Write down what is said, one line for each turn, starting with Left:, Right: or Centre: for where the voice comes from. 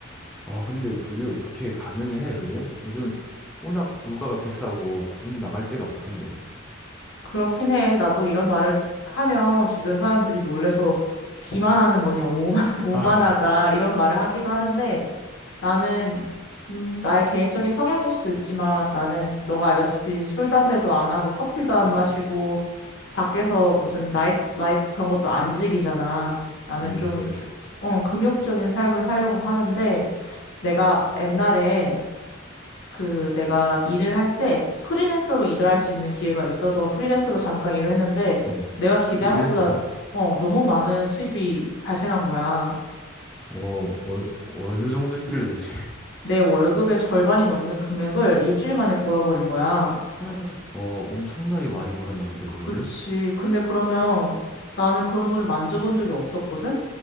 Centre: 아, 근데 그게 어떻게 가능해 그게? 요즘 워낙 물가가 비싸고 돈 나갈 때가 많던데.
Left: 그렇긴 해. 나도 이런 말을 하면 주변 사람들이 놀래서 기만하는 거냐, 오만, <laughs> 오만하다
Centre: 아,
Left: 이런 말을 하기도 하는데 나는, 음, 나의 개인적인 성향일 수도 있지만 나는 너가 알다시피 술, 담배도 안 하고 커피도 안
Centre: <laughs>
Left: 마시고 밖에서 무슨 나이트 라이프 그런 것도 안 즐기잖아. 나는
Centre: 음,
Left: 좀,
Centre: 그렇지.
Left: 어, 금욕적인 삶을 살려고 하는데 내가 옛날에 그 내가 일을 할 때 프리랜서로 일을 할 수 있는 기회가 있어서 프리랜서로 잠깐 일을 했는데
Centre: 어,
Left: 내가 기대한
Centre: 프리랜서로?
Left: 것보다 어, 너무 많은 수입이 발생한 거야.
Centre: 어, 어, 어느 정도 했길래 대체?
Left: 내 월급의 절반이 넘는 금액을 일주일 만에 벌어버린 거야.
Centre: <gasps> <laughs> 어, 엄청나게 많이 벌었나 본데,
Left: 그치.
Centre: 그거를?
Left: 근데 그러면 나는 그런 돈을 만져본 적이 없었거든?